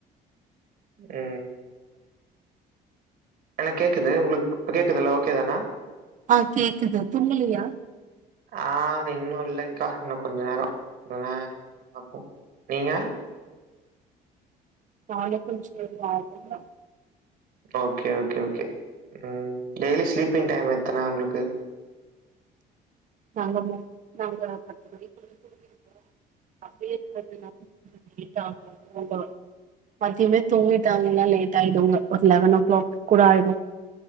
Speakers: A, on the right (about 65°); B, on the right (about 50°).
A: ம் எனக் கேக்குது உங்குளுக் கேக்குதுல்ல ஓகே தான
B: ஆ கேக்குது தூங்கலையா
A: ஆஹ் இன்னு இல்லக்கா இன்னு கொஞ்ச நேரொ கொஞ்ச நேரொ ஆகு நீங்க
B: நானே குளிச்சிட்டு <unintelligible>
A: ஓகே ஓகே ஓகே உம் டெய்லி ஸ்லீப்பிங் டைம் எத்தன உங்களுக்கு
B: நாங்க மொ நாங்க பத்து மணிக்குள்ள தூங்கிருவோ அப்டியே <unintelligible> லேட் ஆகு தூங்கல மத்தியமே தூங்கிட்டாங்கன்னா லேட் ஆயுடூங்க ஒரு லெவன் ஓ கிளாக் கூட ஆயிடு